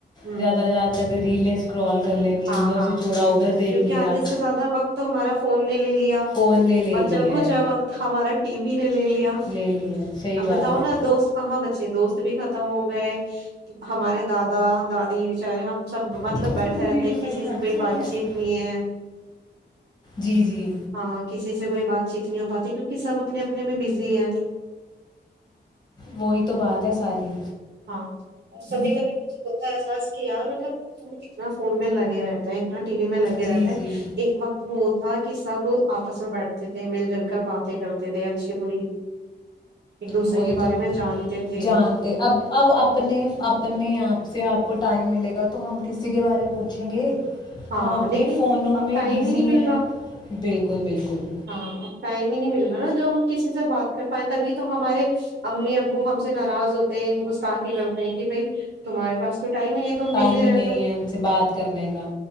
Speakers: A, on the right (about 65°); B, on the left (about 25°).
A: ہ
B: زیادہ زیادہ تک ریلیں اسکرول کر لینی
A: ہاں
B: ادھر
A: ہاں
B: سے چھوڑا ادھر دیکھ
A: کیونکہ
B: لیا
A: آدھے سے زیادہ وقت تو ہمارا فون نے لے لیا
B: فون لے لے
A: بچا
B: لیا
A: کچھ ہے وقت ہمارا ٹی وی نے لے لیا
B: لے لیا صحیح
A: اب
B: بات
A: بتاؤ
B: ہے
A: نا دوست کہاں ب دوست بھی ختم ہو گئے ہمارے دادا دادی بچارے ہم سب مطلب
B: وہ
A: بیٹھے
B: میری
A: رہتے
B: ویڈیو
A: ہیں کسی
B: لائک کر
A: سے کوئی
B: دی سارے
A: بات
B: ایپ
A: چیت
B: پہ
A: نہیں ہے
B: جی جی
A: ہاں کسی سے سے کوئی بات چیت نہیں ہو پاتی کیونکہ سب اپنے اپنے میں بزی ہیں
B: وہی تو بات ہے ساری
A: ہاں اور کبھی کبھی مجھے بتتا احساس کیا مطلب اتنا فون میں لگے رہتا ہے اتنا ٹی وی میں لگے
B: جی
A: رہتا ہے
B: جی
A: ایک وقت وہ تھا کہ سب آپس میں بیٹھتے تھے مل جل کر باتیں کرتے تھے اچھی بری ایک دوسرے
B: وہی
A: کے
B: تو
A: بارے میں جانتے تھے
B: جانتے اب اب اپنے اپنے آپ سے آپ کو ٹائم ملے گا تو ہم کسی کے بارے پوچھیں گے
A: ہاں
B: ہم اپنے
A: لیکن
B: فونوں
A: اب
B: میں
A: ٹائم
B: بزی
A: ہی نہیں
B: ہیں
A: مل رہا
B: بالکل بالکل
A: ہاں اب ٹائم ہی نہیں مل رہا نا جو ہم کسی سے بات کر پائیں تبھی تو ہمارے امی ابو ہم سے ناراض ہوتے ہیں گستاخے کرتے ہیں کہ بھائی تمہارے پاس تو ٹائم ہی نہیں ہے تم
B: ٹائم
A: بزی
B: ہی
A: رہتے
B: نہیں
A: ہو
B: ہے ہم سے بات کرنے کا